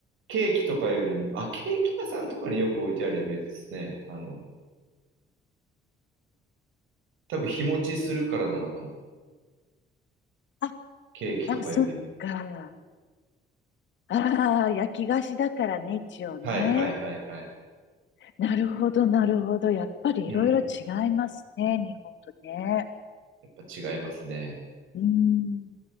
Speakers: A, on the right; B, on the left.
A: ケーキとかよりも、あ、ケーキ屋さんとかによく置いてあるイメージですね。あの、多分日持ちするからなのかな。
B: あ、
A: ケーキとかよりも。
B: あ、そっか。ああ、焼き菓子だからね、一応ね。
A: はいはいはいはい。
B: なるほど、なるほど。やっぱりいろいろ違いますね、
A: うん。
B: 日本とね。
A: やっぱ違いますね。
B: うーん。